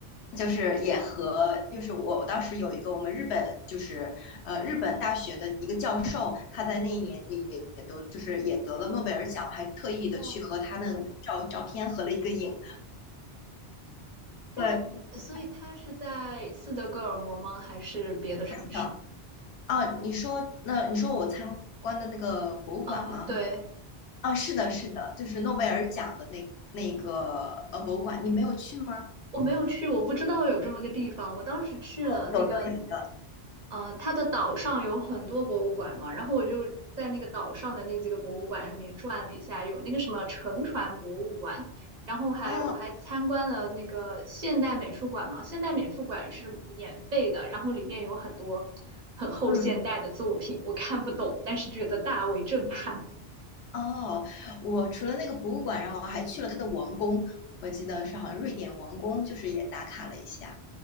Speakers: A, on the left (about 80°); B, on the right (about 50°).
A: 就是也和就是我当时有一个我们日本就是呃日本大学的一个教授，他在那一年里也也都就是也得了诺贝尔奖，我还特意的去和他那个照照片合了一个影。
B: 哇，他所以他是在斯德哥尔摩吗？
A: 对，是
B: 还是别的城市？
A: 的，啊，你说那你说我参观的那个博物馆吗？
B: 啊，对。
A: 啊，是的，是的，就是诺贝尔奖的那那个呃博物馆，你没有去吗？
B: 我没有去，我不知道有这么个地方。我当时去了那个，
A: 哦有的，有的。
B: 呃，它的岛上有很多博物馆嘛，然后我就在那个岛上的那几个博物馆里面转了一下，有那个什么沉船博物馆，然后还我还参观了那个现代美术馆嘛，
A: 哦，
B: 现代美术馆是免费的，然后里面有很多很后现代的作品，
A: 嗯，
B: 我看不懂，但是觉得大为震撼。
A: 哦，我除了那个博物馆，然后还去了他的王宫，我记得是好像瑞典王宫，就是也打卡了一下。